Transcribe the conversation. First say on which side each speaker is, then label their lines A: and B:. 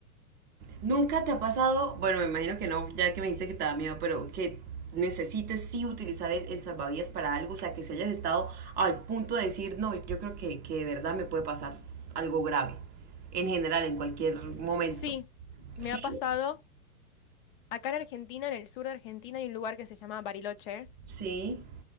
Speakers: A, on the right; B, on the left.
A: ¿Nunca te ha pasado, bueno, me imagino que no, ya que me dijiste que te da miedo, pero que necesites sí utilizar el, el salvavidas para algo, o sea, que si hayas estado al punto de decir, no, yo creo que, que de verdad me puede pasar algo grave, en general, en cualquier momento.
B: Sí, me
A: Sí,
B: ha pasado. Acá en Argentina, en el sur de Argentina, hay un lugar que se llama Bariloche,
A: sí.